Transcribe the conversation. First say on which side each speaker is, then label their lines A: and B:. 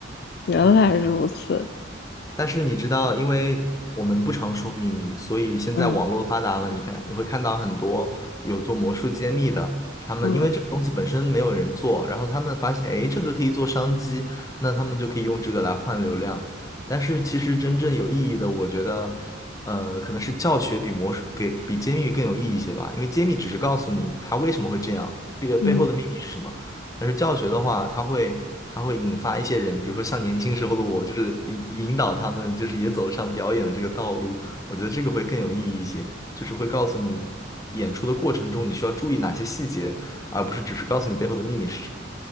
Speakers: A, on the left; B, on the left.
A: 原来如此。
B: 嗯。但是你知道，因为我们不常说秘密，所以现在网络发达了，
A: 嗯
B: 你看你会看到很多有做魔术揭秘的，他们因为这个东西本身没有人做，
A: 嗯
B: 然后他们发现，哎，这个可以做商机，那他们就可以用这个来换流量。但是其实真正有意义的，我觉得，呃，可能是教学比魔术给比揭秘更有意义一些吧，因为揭秘只是告诉你它为什么会这样，背背后的秘密是什么。
A: 嗯，
B: 但是教学的话，它会它会引发一些人，比如说像年轻时候的我，就是引引导他们，就是也走上表演的这个道路。我觉得这个会更有意义一些，就是会告诉你演出的过程中你需要注意哪些细节，而不是只是告诉你背后的秘密是什么。